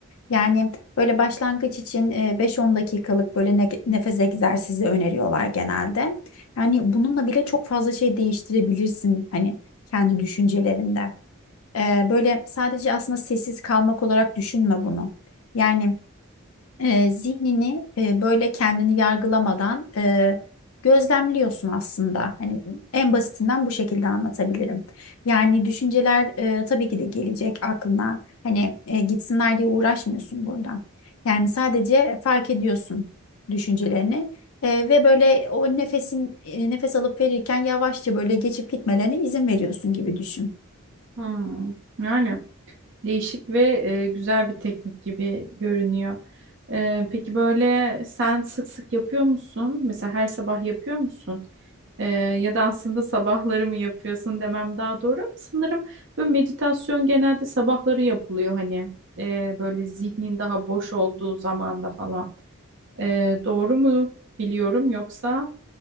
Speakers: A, on the left (about 70°); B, on the right (about 55°).
A: Yani böyle başlangıç için e, 5-10 dakikalık böyle ne- nefes egzersizi öneriyorlar genelde. Yani bununla bile çok fazla şey değiştirebilirsin hani kendi düşüncelerinde. E, Böyle sadece aslında sessiz kalmak olarak düşünme bunu. Yani e, zihnini e, böyle kendini yargılamadan e, gözlemliyorsun aslında. Hani en basitinden bu şekilde anlatabilirim. Yani düşünceler e, tabii ki de gelecek aklına. Hani e, gitsinler diye uğraşmıyorsun burada. Yani sadece fark ediyorsun düşüncelerini. e, ve böyle o nefesin e, nefes alıp verirken yavaşça böyle geçip gitmelerine izin veriyorsun gibi düşün.
B: Hmm. Yani değişik ve e, güzel bir teknik gibi görünüyor. E, peki böyle sen sık sık yapıyor musun? Mesela her sabah yapıyor musun? Ee, ya da aslında sabahları mı yapıyorsun demem daha doğru ama sanırım böyle meditasyon genelde sabahları yapılıyor hani Ee, böyle zihnin daha boş olduğu zamanda falan. Ee, doğru mu biliyorum yoksa